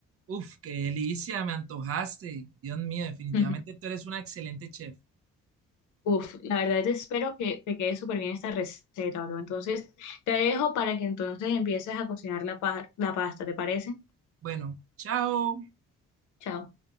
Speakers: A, on the right (about 50°); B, on the left (about 80°).
A: Uf, qué delicia, me antojaste. Dios mío, definitivamente
B: <laughs>
A: tú eres una excelente chef.
B: Uf, la verdad te espero que te quede súper bien esta receta, bro. Entonces te dejo para que entonces empieces a cocinar la, pa- la pasta, ¿te parece?
A: Bueno, chao.
B: Chao.